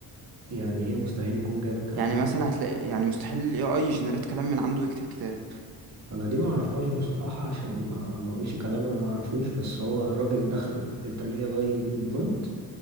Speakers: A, on the right; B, on the right.
A: يعني ايه مستحيل يكون جايب الكلام
B: يعني
A: ده
B: مثلا هتلاقي يعني مستحيل الاي اي يجنريت كلام من عنده ويكتب كتاب
A: انا دي ما اعرفهاش بصراحة عشان ما ما اقولش كلام انا ما اعرفوش بس هو الراجل دخل ادى الاي اي برومبت